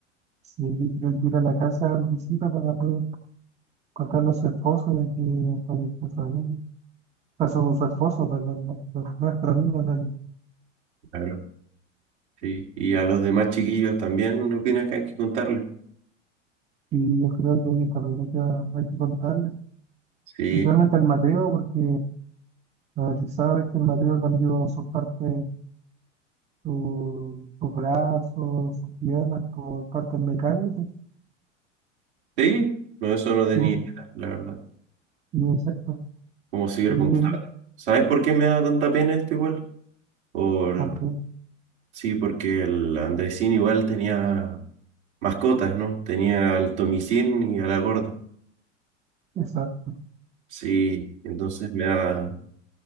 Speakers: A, on the right; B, on the right.
A: Si él creo que ir a la casa de Andresito para poder contarle a su esposo de que falleció su amigo. a su, su esposo, pues, de- de- de nuestro amigo, del-
B: Claro, sí. Y a los demás chiquillos también, ¿no opinas que hay que contarle?
A: y yo creo que ella también hay que, hay que contarle,
B: Sí,
A: principalmente al Mateo, porque lo que sabe es que el Mateo cambió su parte su, su brazo, sus piernas por partes mecánicas,
B: sí, no, eso no tenía
A: sí,
B: idea, la verdad.
A: y exacto,
B: ¿Cómo sirve
A: y
B: contarle?
A: él,
B: ¿Sabes por qué me da tanta pena esto igual? Por,
A: ¿por qué?
B: Sí, porque el Andresín igual tenía mascotas, ¿no? Tenía al Tomicín y a la gorda.
A: Exacto,
B: Sí, entonces me da,